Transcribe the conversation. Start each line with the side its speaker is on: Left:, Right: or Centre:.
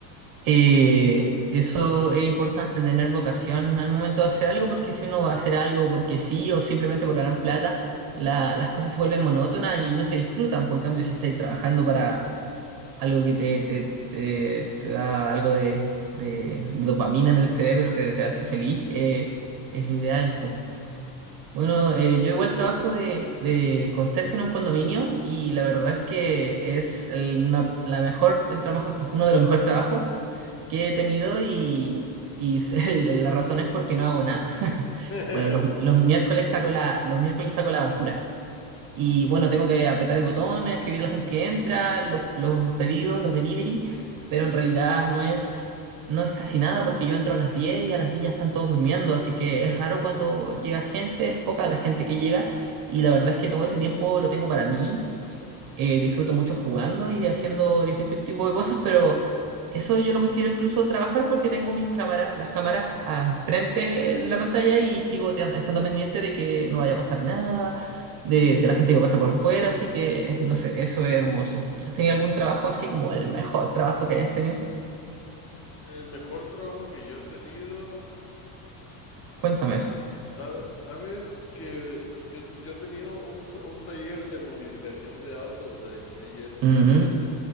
Right: Eh, eso es importante, tener vocación al momento de hacer algo, porque si uno va a hacer algo porque sí o simplemente por ganar plata, la- las cosas se vuelven monótonas y no se disfrutan. Por en cambio, si estáis trabajando para algo que te, te- te- te da algo de, de- de dopamina en el cerebro, te, te hace feliz, eh, es lo ideal, po. Bueno, eh, yo igual trabajo de, de conserje en un condominio y la verdad es que es el- una, la mejor, el trabajo, uno de los mejores trabajos que he tenido y, y <laughs> la razón es porque no hago nada.
Left: <laughs>
Right: Bueno, los, los miércoles saco la, los miércoles saco la basura. Y bueno, tengo que apretar el botón, escribir a la gente que entra, los, los pedidos, los delivery, pero en realidad no es, no es casi nada porque yo entro a las 10 y a las 10 ya están todos durmiendo, así que es raro cuando llega gente, es poca la gente que llega y la verdad es que todo ese tiempo lo tengo para mí eh, disfruto mucho jugando y haciendo distintos tipos de cosas, pero eso yo lo considero incluso trabajar porque tengo mis cámaras, las cámaras al frente de la pantalla y sigo te- estando pendiente de que no vaya a pasar nada, de, de la gente que pasa por afuera, así que no sé, eso es hermoso. ¿Has tenido algún trabajo así como el mejor trabajo que hayas tenido?
Left: El mejor trabajo que yo he tenido,
Right: Cuéntame eso.
Left: sabe- sabes que yo, yo he tenido un, t- un taller de modificación de autos eh, allí en Los
Right: Ujú,
Left: Ángeles